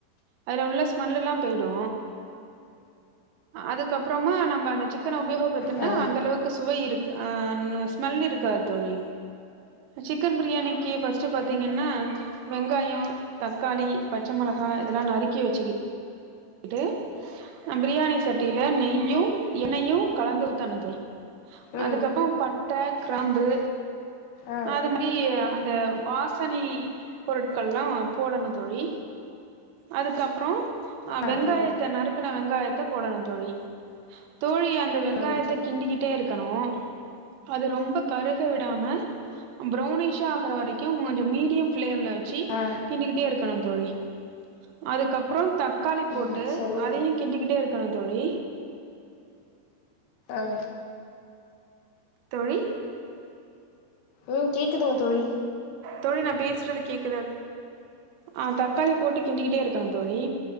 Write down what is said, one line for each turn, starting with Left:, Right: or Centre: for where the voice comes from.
Right: அதுல உள்ள ஸ்மெல் எல்லா போய்டு அதுக்கப்பறமா நம்ம அந்த சிக்கன உபயோக படுத்துன்னா
Left: ஆ
Right: அந்த அளவுக்கு சுவை இருக் ஆஹ் னுவ ஸ்மெல் இருக்காது தோழி சிக்கன் பிரியாணிக்கு ஃபஸ்ட்டு பாத் தீங்கன்னா வெங்காயோ தக்காளி பச்ச மெளகா இதெல்லா நறுக்கி வெச்சுக் கிட்டு பிரியாணி சட்டில நெய்யு எண்ணெய்யு கலந்து ஊத்தனு தோழி
Left: ம்
Right: அதுக்கப்பறோ பட்ட கிராம்பு
Left: ஆ
Right: அது மாயி அந்த வாசனை பொருட்கள்லா போடனு தோழி அதுக்கப்றோ ஆஹ்
Left: ஆ சரிங்க
Right: வெங்காயத்த
Left: தோழி
Right: நறுக்குன வெங்காய த போடணு தோழி தோழியா அந்த வெங்காயத்த
Left: ம் சரி
Right: கிண்டிகிட்டே இருக் கணு அது ரொம்ப கருக விடாம ப்ரௌனிஷா க்கற வரைக்கு கொஞ்சோ மீடியம் ஃபிளேம்ல வச்சி
Left: ஆ
Right: கிண்டிகிட்டே இருக்கணு தோழி அதுக்கப்றோ தக் காளி போட்டு
Left: ம் சரிங்க
Right: அதையு
Left: தோழி
Right: கிண்டிகிட்டே இருக்கணு தோழி
Left: அ
Right: தோழி
Left: ம் கேக்குதுங்க தோழி
Right: தோழி நா பேசுறது கேக்குதா ஆ தக்காளி போட்டு கிண்டிகிட்டே இருக்கணு தோழி